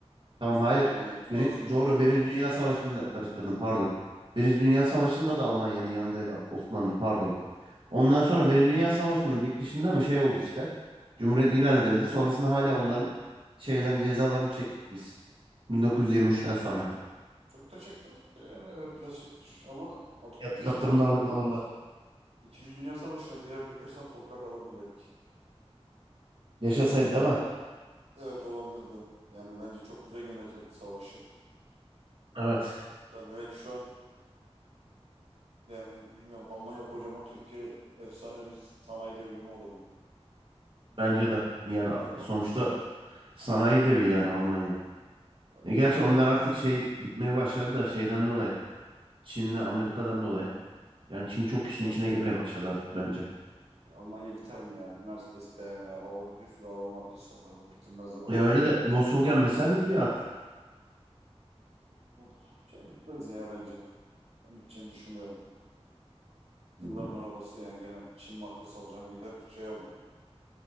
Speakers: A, on the right; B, on the right.
A: Biliyorsun
B: tamam hayır.
A: değil mi? Yani
B: Biri-
A: arasında çok
B: doğru
A: fark
B: Birinci
A: var.
B: Dünya Savaşı'nda karıştırdım pardon. Birinci Dünya Savaşı'nda da Almanya'nın yanındaydı Osmanlı pardon. Ondan
A: Yani,
B: sonra Birinci Dünya Savaşı'nın bitişinde mi şey oldu işte. Cumhuriyet ilan edildi. Sonrasında hala onların şeylerin cezalarını çektik biz. 1923'ten
A: yani çok
B: sonra.
A: çok da çekmedik de yani evet biraz çektik ama Atatürk
B: Yat-
A: yaşasaydı
B: Yaptırımlar
A: belki
B: uyguladılar.
A: İkinci Dünya Savaşı'na girer birkaç tane toprak alırdı belki.
B: Yaşasaydı değil mi?
A: Evet olabilirdi. Yani bence çok güzel yönetirdi savaşı.
B: Evet.
A: Tabii belki şu an yani bilmiyorum Almanya kocaman Türkiye efsane bir sanayi devrimi olurdu.
B: Bence de. Yani
A: Hiç belli
B: sonuçta
A: olmaz.
B: sanayi devi yani Almanya.
A: Evet.
B: E gerçi onlar artık şey bitmeye başladı da şeyden dolayı. Çin'le Amerika'dan dolayı. Yani Çin çok işin
A: Yok
B: içine
A: ya.
B: girmeye başladı artık bence.
A: Almanya biter mi ya? Mercedes, BMW, Audi bir sürü araba markası var abi. Bitirmezler onlar.
B: Ya öyle de Volkswagen mesela bitiyor artık.
A: Bu- Ya bitmez ya bence. Ben biteceğini düşünmüyorum.
B: Hmm,
A: Yılların arabası yani gene Çin markası alacağım gider şey alırım.